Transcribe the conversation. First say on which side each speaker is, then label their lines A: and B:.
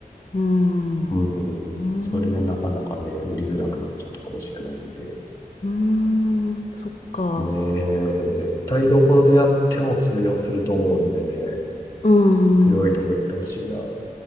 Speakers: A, on the left; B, on the left.
A: うん、
B: うん、
A: うん、
B: それでなかなかね、売りづらくなっちゃったかもしれないんで。
A: うん、そっか。
B: ねえ、でも絶対どこでやっても通用すると思うんでね、
A: うーん。
B: 強いとこ行ってほしいな。